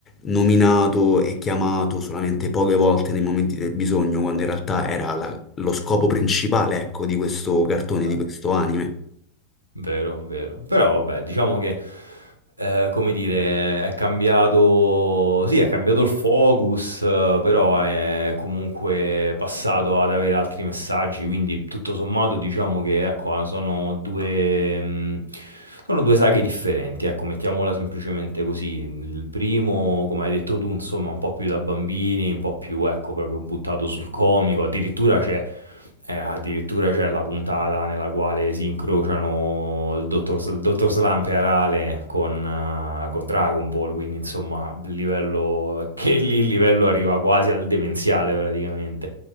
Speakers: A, on the left; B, on the right.
A: nominato e chiamato solamente poche volte nei momenti del bisogno, quando in realtà era la- lo scopo principale, ecco, di questo cartone,
B: beh.
A: di questo anime.
B: Vero, vero. Però vabbè, diciamo che, ehm, come dire, è cambiato sì, è cambiato il focus, eh, però è comunque passato ad avere altri messaggi, quindi tutto sommato diciamo che, ecco, a sono 2 mhmm, sono 2 saghe differenti, ecco, mettiamola semplicemente così. Il primo, come hai detto tu, insomma, un po' più da bambini, un po' più, ecco, proprio buttato sul comico, addirittura c'è eh, addirittura c'è la puntata nella quale si incrociano il dottor, Sl- dottor Slump e Arale con, eh, con Dragon Ball, quindi insomma, livello, <laughs> che lì il livello arriva quasi al demenziale praticamente.